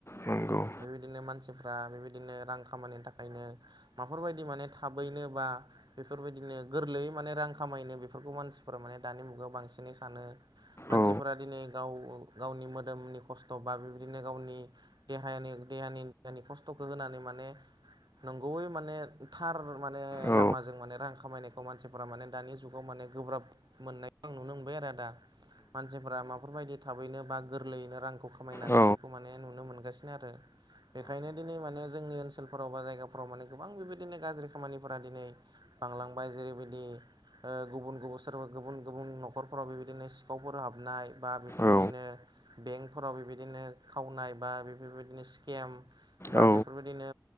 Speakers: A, on the left (about 35°); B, on the right (about 80°).
A: नंगौ
B: फ्राय बेबायदिनो मानसिफ्रा बेबायदिनो रां खामायनो थाखायनो माफोरबायदि माने थाबैनो बा बेफोरबायदिनो गोरलैयै माने रां खामायनो बेफ फोरखौ मानसिफोरा माने दानि मुगायाव बांसिनै सानो मानसिफोरा
A: औ
B: दिनै गाव औ गावनि मोदोमनि खस्थ' बा बेबायदिनो गावनि देहायनि देहानि <unintelligible> नि खस्थ'खो होनानै माने नंगौैयै माने थार माने
A: औ
B: लामाजों माने रां खामायनायखौ मानसिफोरा माने दानि जुगाव माने गोब्राब मोननायखौ आं नुनो मोनबाय आरो आदा। मानसिफोरा माफोरबायदि थाबैनो बा गोरलैयैनो रांखौ खामायनो हागोन
A: औ
B: बेखौ माने नुनो मोनगास होनो आरो बेखायनो दिनै माने जोंनि ओनस सोलफोराव बा जायगाफोराव माने गोबां बेबायदिनो गाज्रि खामानिफोरा दिनै बांलांबाय जेरैबायदि ओ गुबुन गुबुन सोरबा गुबुन गुबुन न'खरफोराव बेबायदिनो सिखावफोर हाबनाय बा बेफोरबायदिनो
A: औ
B: बेंकफोराव बेबायदिनो खावनाय बा बे फोरबायदिनो सिकेम बा
A: औ
B: बेफोरबायदिनो